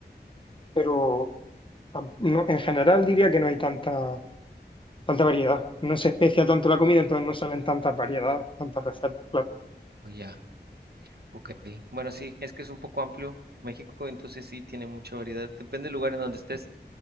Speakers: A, on the left; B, on the right.
A: pero tam- no- en general diría que no hay tanta, tanta variedad. No se especia tanto la comida, entonces no salen tantas variedades, tantas recetas, claro.
B: O ya, ok. Bueno, sí, es que es un poco amplio México, entonces sí, tiene mucha variedad. Depende del lugar en donde estés.